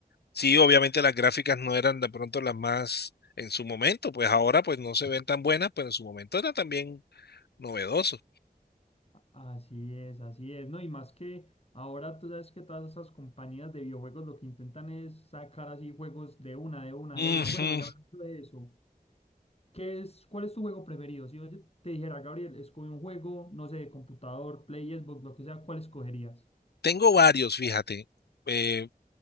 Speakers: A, on the left (about 85°); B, on the left (about 40°).
A: sí, obviamente las gráficas no eran de pronto las más en su momento, pues ahora pues no se ven tan buenas, pero en su momento era también novedoso.
B: Así es, así es, ¿no? Y más que ahora tú sabes que todas esas compañías de videojuegos lo que intentan es sacar así juegos de una, de una,
A: Ujú,
B: de una. Bueno, y hablando de eso, ¿qué es, cuál es tu juego preferido? Si yo te dijera, Gabriel, escoge un juego, no sé, de computador, Play, Xbox, lo que sea, ¿cuál escogerías?
A: Tengo varios, fíjate. eh,